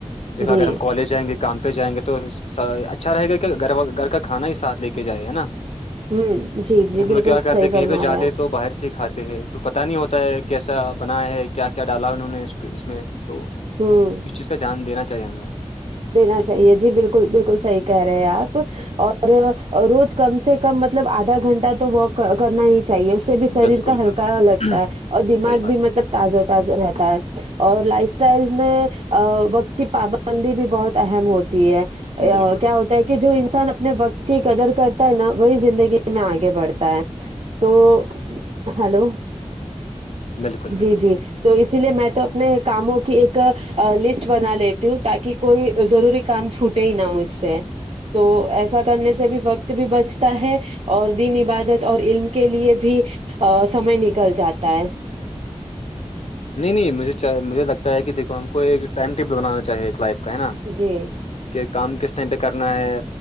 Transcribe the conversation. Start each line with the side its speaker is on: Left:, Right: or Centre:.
Left: دیکھا
Right: جی
Left: اگر ہم کالج جائیں گے کام پہ جائیں گے تو اچھا رہے گا کہ گھر گھر کا کھانا ہی ساتھ لے کے جائے ہے نا
Right: ہوں جی جی
Left: لیکن ہم
Right: بالکل
Left: لوگ کیا
Right: صحیح
Left: کرتے ہیں کہیں
Right: فرما
Left: پہ
Right: رہے
Left: جاتے
Right: آپ
Left: تو باہر سے ہی کھاتے ہیں تو پتا نہیں ہوتا ہے کیسا بنا ہے کیا کیا ڈالا انہوں نے اس کو اس میں تو
Right: ہوں
Left: اس چیز کا دھیان دینا چاہیے ہمیں
Right: دینا چاہیے جی بالکل بالکل صحی کہہ رہے ہیں آپ اور روز کم سے کم مطلب آدھا گھنٹہ تو واک کرنا ہی چاہیے اس سے بھی شریر
Left: بالکل
Right: کا ہلکا
Left: بالکل
Right: لگتا ہے اور دماغ
Left: صحیح بات
Right: بھی
Left: ہے
Right: مطلب تازہ تازہ رہتا ہے اور لائف اسٹائل میں وقت کی پابندی بھی بہت اہم ہوتی ہے
Left: بالکل
Right: کیا ہو کہ جو انسان اپنے وقت کی قدر کرتا ہے نا وہی زندگی میں آگے بڑھتا ہے تو ہلو
Left: بالکل بالکل
Right: جی جی تو اسی لیے میں تو اپنے کاموں کی ایک لسٹ بنا لیتی ہوں تاکہ کوئی ضروری کام چھوٹے ہی نا مجھ سے تو ایسا کرنے سے بھی وقت وقت بھی بچتا ہے اور دین عبادت اور علم کے لیے بھی ا سمے نکل جاتا ہے
Left: نہیں نہیں مجھے مجھے لگتا ہے کہ دیھکو ہم کو ایک ٹائم ٹیبل بنانا چاہے ایک لائف کیا ہے نا
Right: جی
Left: کہ کام کس ٹائم پہ کرنا ہے